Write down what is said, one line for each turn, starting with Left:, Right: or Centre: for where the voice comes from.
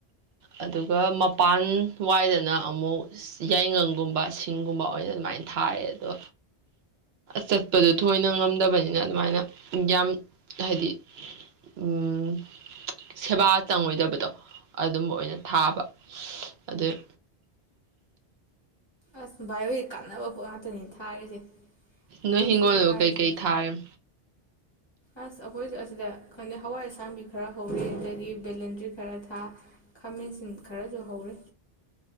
Right: ꯑꯗꯨꯒ ꯃꯄꯥꯟ ꯋꯥꯏꯗꯅ ꯑꯃꯨꯛ ꯌꯥꯏꯉꯪꯒꯨꯝꯕ ꯁꯤꯡꯒꯨꯝꯕ ꯑꯣꯏꯅ ꯑꯗꯨꯃꯥꯏꯅ ꯊꯥꯏ ꯑꯗꯣ ꯆꯠꯄꯗꯣ ꯊꯣꯏꯅ ꯉꯝꯗꯕꯅꯤꯅ ꯑꯗꯨꯃꯥꯏꯅ ꯌꯥꯝ ꯍꯥꯏꯗꯤ ꯎꯝ ꯁꯦꯕꯥ ꯆꯪꯉꯣꯏꯗꯕꯗꯣ ꯑꯗꯨꯝꯕ ꯑꯣꯏꯅ ꯊꯥꯕ ꯑꯗꯩ
Left: ꯑꯁ ꯚꯥꯏ ꯍꯣꯏꯗꯤ ꯀꯥꯟꯅꯕ ꯄꯣꯠ ꯉꯥꯛꯇꯅꯤ ꯊꯥꯔꯤꯁꯦ ꯃꯆꯨ
Right: ꯅꯣꯏ ꯍꯤꯡꯒꯣꯅꯗꯥꯕꯨ
Left: ꯀꯥꯏꯁꯦ
Right: ꯀꯩ ꯀꯩ ꯊꯥꯔꯤꯝ
Left: ꯑꯁ ꯑꯩꯈꯣꯏꯁꯨ ꯑꯁꯤꯗ ꯈꯪꯗꯦ ꯍꯋꯥꯏ ꯑꯁꯥꯡꯕꯤ ꯈꯔ ꯍꯧꯔꯦ ꯑꯗꯒꯤ ꯕꯦꯂꯦꯟꯗ꯭ꯔꯤ ꯈꯔ ꯊꯥ ꯈꯥꯃꯦꯟꯁꯤꯟ ꯈꯔꯁꯨ ꯍꯧꯔꯤ